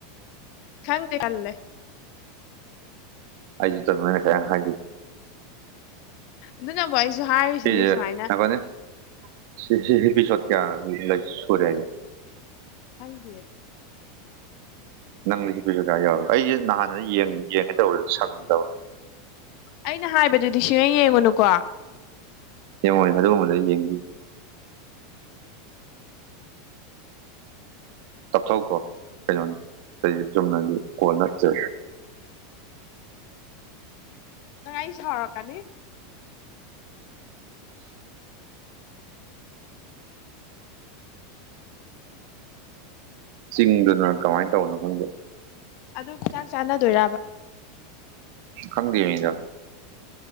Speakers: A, on the left; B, on the right.
A: ꯈꯪꯗꯦ ꯄꯥꯜꯂꯦ
B: ꯑꯥꯏꯖꯤꯠꯇ ꯃꯣꯏꯅꯦ ꯀꯌꯥꯝ ꯍꯥꯏꯗ꯭ꯔꯤ
A: ꯑꯗꯨꯅꯕꯨ ꯑꯩꯁꯨ ꯍꯥꯏꯔꯤꯁꯤꯅꯤ
B: ꯁꯤꯁꯦ
A: ꯁꯨꯃꯥꯏꯅ
B: ꯉꯥꯏꯈꯣꯅꯦ ꯁꯤ ꯁꯤ ꯏꯄꯤꯁꯣꯠ ꯀꯌꯥ ꯂ ꯁꯨꯔꯦꯒꯦ
A: ꯈꯪꯗꯤꯌꯦ ꯑꯗꯨ
B: ꯅꯪꯂꯤ ꯁꯤ ꯀꯩꯁꯨ ꯀꯥꯌꯥ ꯌꯥꯎꯔ ꯑꯩꯁꯦ ꯅꯍꯥꯟꯅ ꯌꯦꯡ ꯌꯦꯡꯉꯦꯗꯧꯔꯁꯨ ꯁꯪꯗꯕ
A: ꯑꯩꯅ ꯍꯥꯏꯕꯗꯨꯗꯤ ꯁꯤꯌꯦꯡ ꯌꯦꯡꯉꯨꯅꯨꯀꯣ
B: ꯌꯦꯡꯉꯣꯏ ꯑꯗꯨꯒꯨꯝꯕꯗꯨ ꯌꯦꯡꯕꯤꯌꯨ ꯇꯞꯊꯧꯀꯣ ꯀꯩꯅꯣꯅꯤ ꯑꯩ ꯆꯨꯝꯅꯒꯤ ꯀꯣꯜ ꯅꯠꯇꯦ
A: ꯅꯪ ꯑꯩ ꯁꯥꯎꯔꯛꯀꯥꯅꯤ
B: ꯆꯤꯡꯗꯨꯅ ꯀꯃꯥꯏꯟ ꯇꯧꯕꯅꯣ ꯈꯪꯗꯦ
A: ꯑꯗꯨ ꯆꯥꯛ ꯆꯥꯟꯅꯗꯣꯏꯔꯥꯕ
B: ꯈꯪꯗꯦ ꯃꯤꯗ